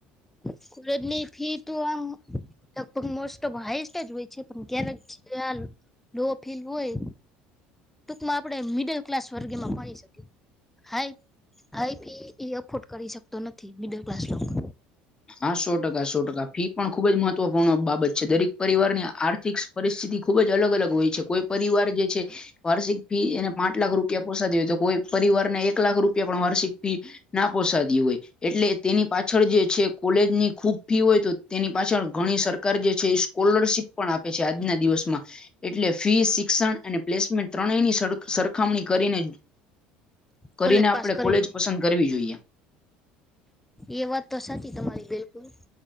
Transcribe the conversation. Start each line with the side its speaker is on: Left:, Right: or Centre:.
Centre: સ્કુરેટલી ફી તો અમ- લગભગ મોસ્ટ ઓફ હાાઈસ્ટ જ હોય છે. પણ ક્યારેાલ લો ફીલ હોય ટૂકમાં આપણે મિડલ ક્લાસ વર્ગમાં ભણી શકીએ. હાઈ હાઈી એ અફોર્ડ કરી શકતો નથી મિડલ ક્લાસ લોકો.
Left: હા સો ટકા સો ટકા ફી પણ ખુબ જ મહત્વપૂર્ણ બાબત છે. દરેક પરિવારની આર્થિક પરિસ્થિતિ ખુબ જ અલગ અલગ હોય છે. કોઈ પરિવાર જે છે વાર્ષિક ફી એને પાંચ લાખ રૂપિયા પોસા હોય તો કોઈ પરિવાર ને એક લાખ રૂપ પણ વાર્ષિક ફી ના પોસાદી હોય. એટલે તેની પાછળ જે છે કોલેજ ની ખુબ ફી હોય તો. તેની પાછળ ઘણી સરકાર જે છે એ સ્કોલરશીપ પણ આપે છે. આજના દિવસમાં એટલે ફી શિક્ષણ અને પ્લેસમેન્ટ ત્રણેયની સર સરખામણી કરીને કરીને
Centre: કોલેજ
Left: આપડે
Centre: પાસ કરી
Left: કોલેજ
Centre: જાય.
Left: પસંદ કરવી જોઈએ.
Centre: એ વાત તો સાચી તમારી બિલકુલ.